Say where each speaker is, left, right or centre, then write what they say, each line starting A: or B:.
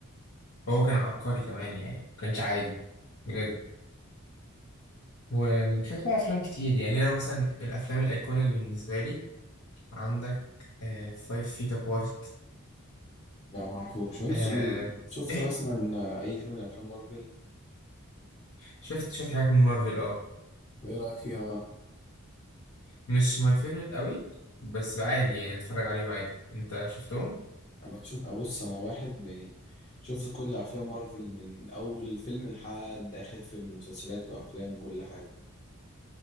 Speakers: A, on the left; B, on the left.
A: هو كان عبقري كمان يعني ما كانش عادي بجد ومش بقى أفلام كتير يعني أنا مثلا الأفلام الأيكونيك بالنسبة لي عندك آه فايف فيت أبارت
B: لا ما اعرفوش وانت
A: آه
B: شفت
A: إيه
B: مثلا اي فيلم من افلام مارفل
A: شفت شفت حاجات من مارفل اه
B: وايه رايك فيها بقى
A: مش ماي فيفورت قوي بس عادي يعني اتفرج عليهم عادي انت شفتهم
B: انا نشوف ابص انا واحد يعني شفت كل افلام مارفل من اول فيلم لحد اخر فيلم مسلسلات وافلام وكل حاجه